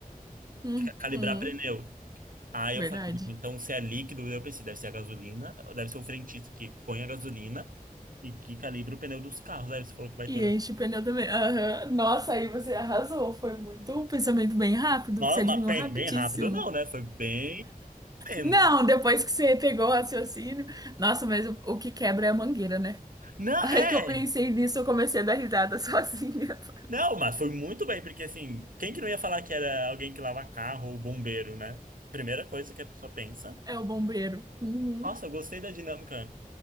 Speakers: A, on the right; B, on the right.
A: Uhum,
B: calibrar pneu. Aí
A: verdade.
B: eu falei, não, então se é líquido, eu pensei, deve ser a gasolina, deve ser o frentista que põe a gasolina e que calibra o pneu dos carros. Aí você falou que vai
A: E
B: toda.
A: enche o pneu também. Aham. Nossa, aí você arrasou. Foi muito um pensamento bem rápido,
B: Nossa,
A: que você adivinhou
B: mas bem,
A: rapidíssimo.
B: bem rápido, não, né? Foi bem lento.
A: Não, depois que você pegou o raciocínio. Nossa, mas o, o que quebra é a mangueira, né?
B: Não,
A: <laughs> A hora
B: é.
A: que eu pensei nisso, eu comecei a dar risada sozinha. <laughs>
B: Não, mas foi muito bem, porque assim, quem que não ia falar que era alguém que lava carro ou bombeiro, né? Primeira coisa que a pessoa pensa.
A: É o bombeiro. Uhum.
B: Nossa, eu gostei da dinâmica.